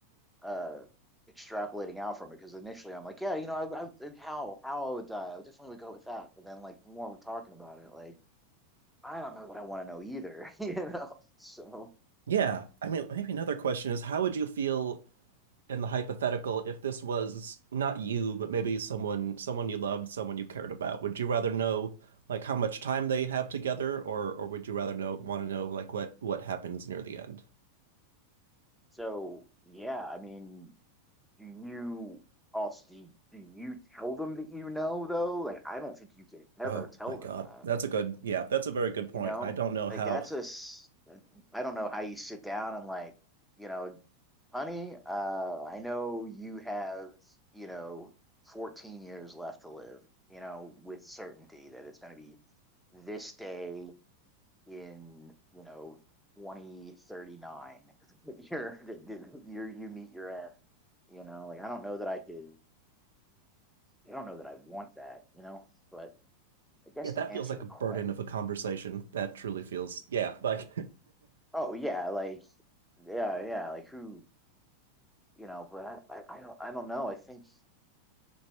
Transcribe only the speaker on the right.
Yeah, I mean, maybe another question is how would you feel in the hypothetical if this was not you, but maybe someone someone you loved, someone you cared about? Would you rather know like how much time they have together, or or would you rather know want to know like what what happens near the end?
Oh
my God.
That's a good, yeah, that's a very good point.
I don't know
how.
Yeah, that
feels like
a burden
of a conversation. That truly feels, yeah, like,